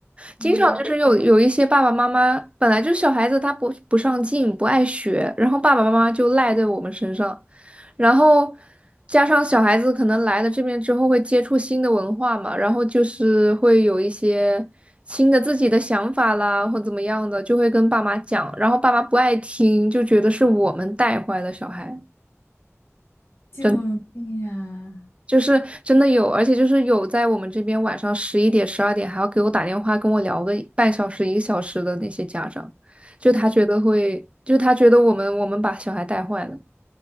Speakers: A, on the right; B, on the left.
A: 经常就是有有一些爸爸妈妈本来就小孩子他不不上进不爱学，
B: 嗯
A: 然后爸爸妈妈就赖在我们身上，然后加上小孩子可能来了这边之后会接触新的文化嘛，然后就是会有一些新的自己的想法啦或怎么样的，就会跟爸妈讲，然后爸妈不爱听，就觉得是我们带坏了小孩。
B: 救命呀！
A: 真。就是真的有，而且就是有在我们这边晚上十一点、十二点还要给我打电话跟我聊个半小时、一个小时的那些家长，就他觉得会，就他觉得我们我们把小孩带坏了，